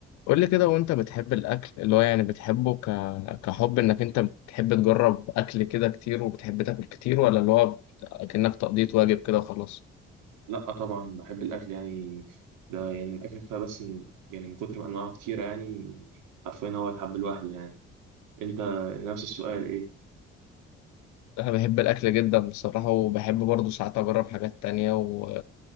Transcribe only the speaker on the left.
قول لي كده وانت بتحب الاكل اللي هو يعني بتحبه ك... كحب انك انت بتحب تجرب اكل كده كتير وبتحب تاكل كتير ولا اللي هو بت- كأنك تقضية واجب كده وخلاص
انا بحب الاكل جدا بصراحة وبحب برضه ساعات اجرب حاجات تانية و...